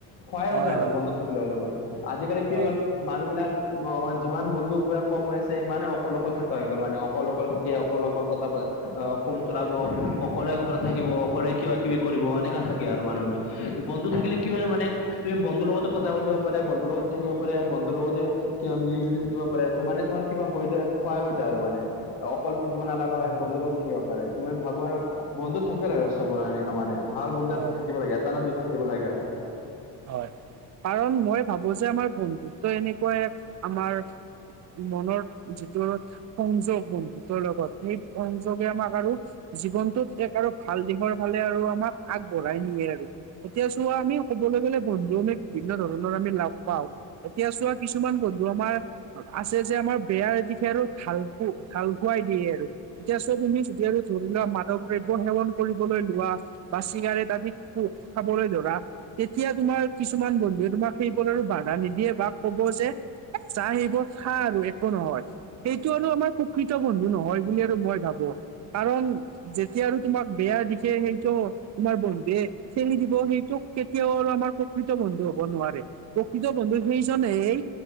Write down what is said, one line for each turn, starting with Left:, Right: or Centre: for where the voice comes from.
Left: খুৱাইও
Right: হয়
Left: যাওঁ ন
Right: হয়
Left: বন্ধু থাকিলে অলমান আজিকালি কি
Right: হয়
Left: হৈ গল মানুহবিলাক অ, যিমান বন্ধুক বিলাক কম হৈ আছে ইমানে অকল -অকল থাকা হৈ গ'ল মানে অকল- অকল থাকে অকল -অকল কথা পা অহ, ফোন চলাব অকলে ঘৰত থাকিব অকলে কিবা- কিবি কৰিব এনেকা থাকে আৰু মানুহ বিলাক বন্ধু থাকিলে কিয় হয় মানে তুমি বন্ধুৰ লগটো কথা পাতি পাৰে বন্ধুৰ লগত থাকিব <unintelligible> বন্ধুৰ লগতে মিলি জুলি থাকিব পাৰে ত' মানে তোমাৰ কিবা হৈ যায় ক্ষয় হৈ যায় আৰু মানে। অকল থাকিব নালাগা হয় বন্ধুৰ লগত থাকিব পাৰে তুমি ভাবো আৰু বন্ধু থাকিবে লাগে ত' পুৰা এনেকা মানে ভাল বন্ধু
Right: হয়
Left: এটা থাকিব লাগে এটা না দুটা থাকিব লাগে আৰু।
Right: হয় কাৰণ মই ভাবো যে আমাৰ বন্ধুত্ব এনেকুৱাই আমাৰ। মনৰ যিটো সংযোগ বন্ধুতৰ লগত সেই সংযোগে আমাক আৰু জীৱনটোত এক আৰু ভাল দিশৰ ফালে আৰু আমাক আগবঢ়াই নিয়ে আৰু। এতিয়া চোৱা আমি ক'বলৈ গলে বন্ধু আমি বিভিন্ন ধৰণৰ আমি লাভ পাওঁ। এতিয়া চোৱা কিছুমান বন্ধু আমাৰ আছে যে আমাৰ বেয়াৰ দিশে আৰু ঢাল খো ঢাল খুৱাই দিয়ে আৰু। এতিয়া চোৱা তুমি যদি আৰু ধৰি লোৱা মাদক দ্ৰব্য সেৱন কৰিবলৈ লোৱা বা চিগাৰেট আদি খো খাবলে ধৰা। তেতিয়া তোমাৰ কিছুমান বন্ধুৱে তোমাক সেইবোৰ আৰু বাধা নিদিয়ে বা ক'ব যে এ জাহ সেইবোৰ খা আৰু একো নহয়। এইটো আৰু আমাৰ প্ৰকৃত বন্ধু নহয় বুলি আৰু মই ভাবো কাৰণ যেতিয়া আৰু তোমাক বেয়াৰ দিশে সেইটো তোমাৰ বন্ধুৱে ঠেলি দিব সেইটোক কেতিয়াও আৰু আমাৰ প্ৰকৃত বন্ধু হব নোৱাৰে প্ৰকৃত বন্ধু সেইজনেই